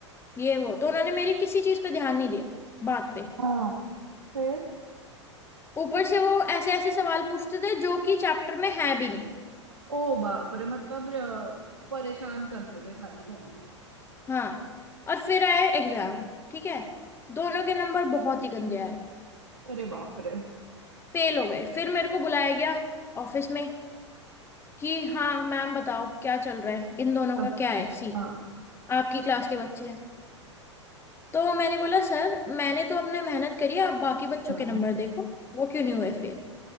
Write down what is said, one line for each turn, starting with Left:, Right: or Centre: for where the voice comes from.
Left: ये वो तो उन्होंने मेरी किसी चीज पे ध्यान नहीं दिया बात पे
Right: हाँ फिर
Left: ऊपर से वो ऐसे ऐसे सवाल पूछते थे जो कि चैप्टर में है भी नहीं
Right: ओ बाप रे मतलब अ, परेशान करते थे खाली खाली
Left: हाँ और फिर आए एग्जाम ठीक है दोनों के नंबर बहुत ही गंदे आए
Right: अरे बाप रे
Left: फेल हो गए फिर मेरे को बुलाया गया ऑफिस में कि हाँ मैम बताओ क्या चल रहा है इन दोनों
Right: अच्छा
Left: का क्या है सीन
Right: हाँ
Left: आपकी
Right: फिर
Left: क्लास के बच्चे हैं तो मैंने बोला सर मैंने तो अपने मेहनत करी है, आप बाकी बच्चों
Right: हाँ
Left: के नंबर देखो वो क्यों नहीं हुए फेल